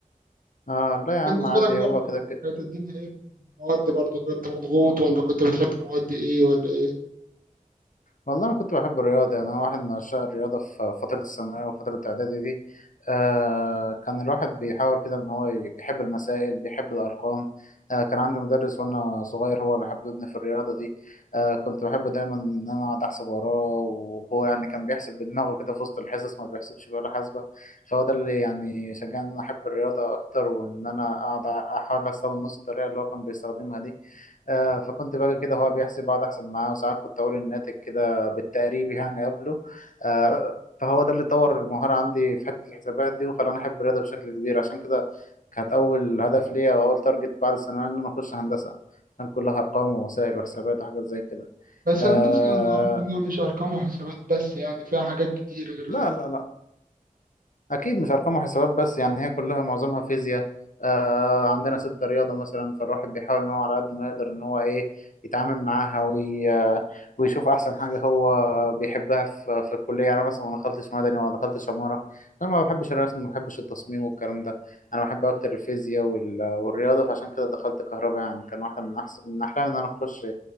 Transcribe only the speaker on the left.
آه لا يا عم
عادي
هو كده
والله أنا كنت بحب الرياضة يعني أنا واحد من عشاق الرياضة في فترة الثانوية وفترة الإعدادي دي آه كان الواحد بيحاول كده إن هو ي- بيحب المسائل بيحب الأرقام آه كان عندي مدرس وأنا صغير هو اللي حببني في الرياضة دي آه كنت بحب دايما إن أنا أقعد أحسب وراه وهو يعني كان بيحسب بدماغه كده في وسط الحصص ما بيحسبش بولا حاسبة فهو ده اللي يعني شجعني إن أنا أحب الرياضة أكتر وإن أنا أقعد أحاول أستخدم نفس الطريقة اللي هو كان بيستخدمها دي آه فكنت باجي كده هو بيحسب اقعد احسب معاه وساعات كنت اقول الناتج كده بالتقريب يعني قبله آه، فهو ده اللي طور المهارة عندي في حتة الحسابات دي وخلاني أحب الرياضة بشكل كبير عشان كده كانت أول هدف ليا وأول تارجت بعد الثانوية إن أنا أخش هندسة عشان كلها أرقام ووسائل وحسابات وحاجات زي كده
آه
لا لا لا أكيد مش أرقام وحسابات بس يعني هي كلها معظمها فيزياء آه عندنا ستة رياضة مثلا فالواحد بيحاول إن هو على قد ما يقدر إن هو إيه يتعامل معاها وي آه، ويشوف أحسن حاجة هو بيحبها في, في الكلية يعني أنا مثلا ما دخلتش مدني وما دخلتش عمارة أنا ما بحبش الرسم ما بحبش التصميم والكلام ده أنا بحب أكتر الفيزياء وال... والرياضة فعشان كده دخلت كهرباء يعني كان واحدة من أحسن من أحلامي إن أنا أخش